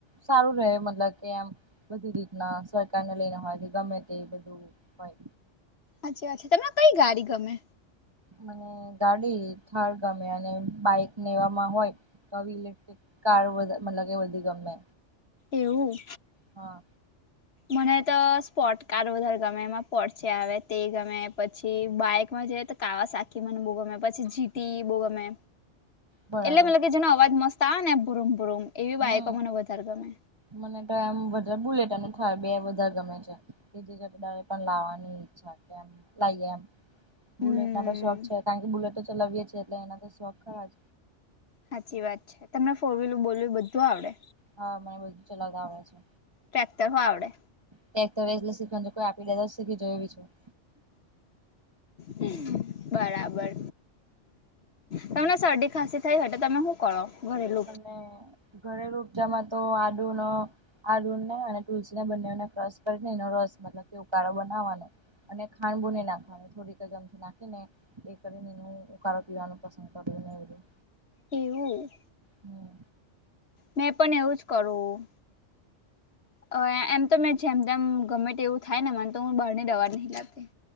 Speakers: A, on the right (about 20°); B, on the left (about 60°).
A: સારું રે મતલબ કે એમ બધી રીતના સરકાર ને લઈને હોય છે ગમે તે બધું. હોય.
B: અચ્છા અચ્છા તમને કઈ ગાડી ગમે.
A: મને ગાડી થાર ગમે અને બાઈક ને એવામાં હોય તો આવી ઇલેક્ટ્ર કાર વધ મતલબ કે એ વધી ગમે.
B: એવું.
A: હા
B: મને તો સ્પોટ કાર વધારે ગમે એમાં પોડચે આવે તે ગમે પછી બાઈકમાં જઈ તો કાવા સાખી મને બો ગમે પછી જીટી બો ગમે.
A: બરાબર
B: એટલે મતલબ કે જેનો અવાજ મત આ ને ભુરુમ ભુરૂમ એવી બાકો
A: હમ
B: મને વધારે ગમે.
A: મને તો એમ વધારે બુલેટ અને થાર બે વધાર ગમે છે. કે જેજગડા પણ લાવવાની ઈચ્છા કેમ લાઈએ એમ. બુલેટ
B: હમ
A: ના તો શોખ છે કારણ કે બુલેટ તો ચલાવીયે છીયે એ એટલે એના તો શોખ ખરા જ.
B: હાચી વાત છે તમને ફોર વ્હીલ બોલવીલ બધું આવડે.
A: હા મને બધું ચલાવતા આવડે છે.
B: ટ્રેક્ટર હો આવડે.
A: ટેક્ટ એટલે શીખવાનું કોઈ આપી લે તોીખી જોુંીું
B: હ બરાબર. તમને શરદી ખાંસી થઈ હોય તો તમે હું ઉકાળો ગરેલું.
A: અને ઘરેલુ ઉપચારમાં તો આદુનો આદુને અને તુલસીને બંનેને ક્રશ કરીને એનો રસ મતલબ કે ઉકાળો બનાવવાનો. અને ખાંડ બો ની નાખવાની થોડીક જ અમથી નાખી ને એ કરીને એનું ઉકાળો પીવાનું પસંદ કર્યું ને એ બધું.
B: એવું.
A: હમ્મ.
B: મેં પણ એવું જ કરું. અ એમ તો મેં જેમ જેમ ગમે એવું થાય ને મને તો હું બહાર ની દવા નહી લતી.